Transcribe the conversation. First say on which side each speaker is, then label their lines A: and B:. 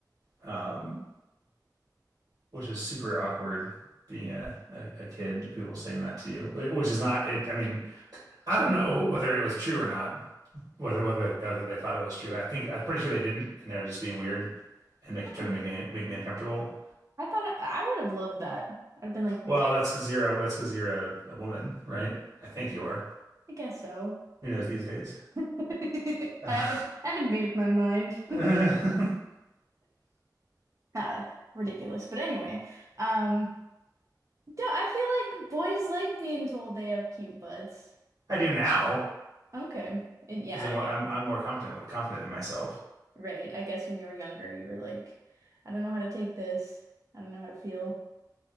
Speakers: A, on the right; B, on the right.
A: Um, which is super awkward being a, a, a kid, people saying that to you, Wh- which is not it. I mean, I don't know whether it was true or not, whether whether whether they thought it was true. But I think I'm pretty sure they didn't, and they were just being weird and make, trying
B: Oh,
A: to make me make me uncomfortable.
B: I thought I, I would have loved that. I'd have been like, yes,
A: Well, that's because you're a, that's because you're a, a woman, right? I think you are.
B: I guess so.
A: Who knows these days?
B: <laughs> I
A: <laughs>
B: haven't I haven't made up my mind. <laughs>
A: I
B: Uh, ridiculous. But anyway, um, yeah, I feel like boys like being told they have cute butts.
A: do now
B: Okay. And yeah,
A: because I'm
B: I
A: more
B: get,
A: I'm I'm more confident confident in myself.
B: right. I guess when you were younger, you were like, I don't know how to take this. I don't know how to feel.